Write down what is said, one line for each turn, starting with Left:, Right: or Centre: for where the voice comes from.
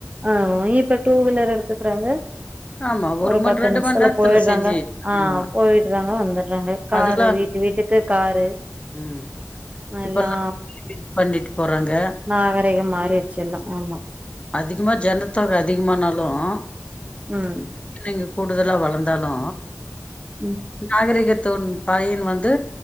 Right: ஆ இப்ப டூ வீலர் எடுத்துக்கறாங்க
Left: ஆமா
Right: ஒரு பத்து
Left: மண் ரெண்டு
Right: நிமிஷத்துல
Left: மண் நேரத்துல
Right: போயட்றாங்க
Left: செஞ்சு
Right: ஆ
Left: ஆமா
Right: போயட்றாங்க வந்துட்றாங்க காரு
Left: அதெல்லா
Right: வீட்டு வீட்டுக்கு காரு
Left: ம்
Right: எல்லா
Left: இப்பல்லாம் பண்ணிட்டு போறாங்க
Right: நாகரிகம் மாறிடுச்சு எல்லா ஆமா
Left: அதிகமா ஜனத்தொக அதிகமானாலும்
Right: ம்
Left: பிள்ளைங்க கூடுதலா வளந்தாலு
Right: ம்
Left: நாகரிகத்துன் பழையன் வந்து